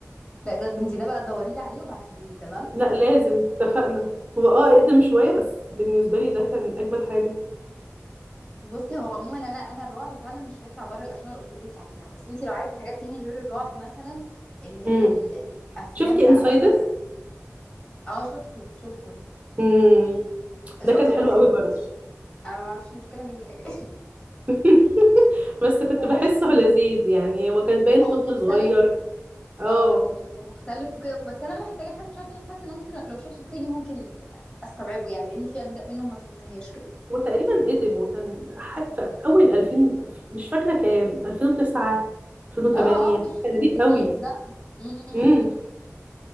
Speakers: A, on the left; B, on the right.
A: لا ده انت ده بقى دوري لي عليه وابعتيه لي تمام
B: لا لازم اتفقنا هو اه اقدم شوية بس بالنسبة لي ده كان اجمد حاجة
A: بصي هو عموما انا انا الرعب فعلا مش هيطلع بره الافلام اللي قلت لك عليها بس انت لو عايزه حاجات تاني غير الرعب مثلا اللي هي
B: امم
A: الافلام
B: شفتي
A: بقى
B: انسايدس
A: مثلا اه شفته شفته
B: امم ده
A: شفته
B: كان حلو
A: ما فهمتوش
B: قوي برضه
A: انا ما اعرفش مشكله مني <laughs> يا جماعة.
B: <laughs> بس كنت
A: يا
B: بحسه
A: ليل
B: لذيذ يعني هو كان باين
A: هو
B: طفل
A: مختلف
B: صغير اه
A: اه يعني هو مختلف وكده بس انا محتاجه حاسه مش عارفه ليه حاسه ان ممكن لو شفته تاني ممكن استوعبه يعني لان في اجزاء منه ما فهمتهاش كده
B: وتقريبا قدم وكان ح- في أول 2000 مش فاكرة كام 2009 2008
A: اه اه مش
B: كان
A: مش
B: قديم
A: جديد
B: قوي
A: لا امم
B: امم